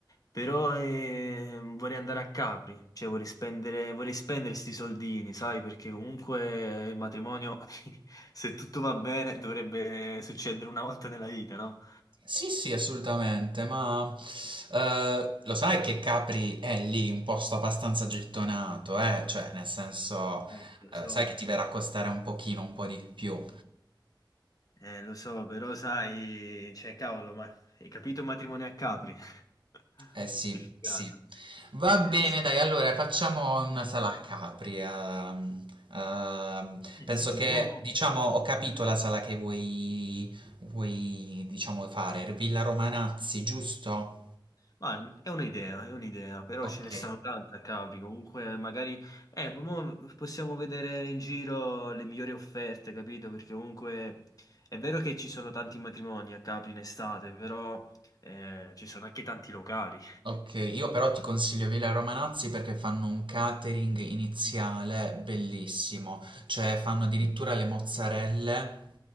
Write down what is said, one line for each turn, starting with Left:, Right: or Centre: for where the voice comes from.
Left: però eh, vorrei andare a Capri, cioè vorrei spendere, vorrei spendere sti soldini, sai? Perché comunque il matrimonio, <laughs> se tutto va bene, dovrebbe succedere una volta nella vita, no?
Right: Sì, sì, assolutamente, ma eh, lo sai che Capri è lì un posto abbastanza gettonato, eh? Cioè, nel senso,
Left: Eh, lo
Right: eh,
Left: so.
Right: sai che ti verrà a costare un pochino, un po' di più.
Left: Eh, lo so, però sai, cioè, cavolo, ma hai capito un matrimonio a Capri? <laughs>
Right: Eh sì,
Left: Che figata.
Right: sì. Va
Left: Eh,
Right: bene,
Left: sì,
Right: dai, allora facciamo una sala a Capri. ehm, ehm,
Left: eh
Right: penso
Left: sì,
Right: che,
Left: mo-
Right: diciamo, ho capito la sala che vuoi, vuoi, diciamo, fare. Villa Romanazzi, giusto?
Left: Ma è un'idea, è un'idea, però
Right: Ok.
Left: ce ne stanno tante a Capri, comunque magari eh, mo possiamo vedere in giro le migliori offerte, capito? Perché comunque è vero che ci sono tanti matrimoni a Capri in estate, però eh, ci sono anche tanti locali.
Right: Okay, io però ti consiglio Villa Romanazzi perché fanno un catering iniziale bellissimo, cioè fanno addirittura le mozzarelle